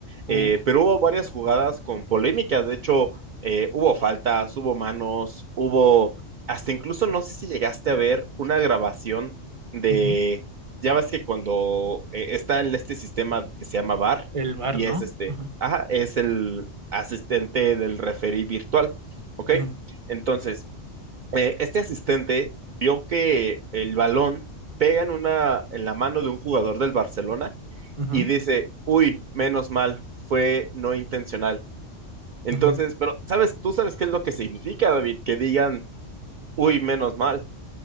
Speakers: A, on the right; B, on the right.
A: Ujú.
B: eh, pero hubo varias jugadas con polémicas, de hecho, eh, hubo faltas, hubo manos, hubo, hasta incluso no sé si llegaste a ver una grabación de,
A: Ujú.
B: ya ves que cuando eh, está en este sistema que se llama VAR,
A: El bar,
B: y
A: ¿no?
B: es este,
A: Ujú,
B: ajá, es el asistente del referee virtual, ¿ok?
A: ujú,
B: Entonces, eh, este asistente vio que el balón pega en una, en la mano de un jugador del Barcelona
A: ujú,
B: y dice, uy, menos mal, fue no intencional. Entonces,
A: ujú.
B: pero sabes, tú sabes qué es lo que significa, David, que digan, uy, menos mal.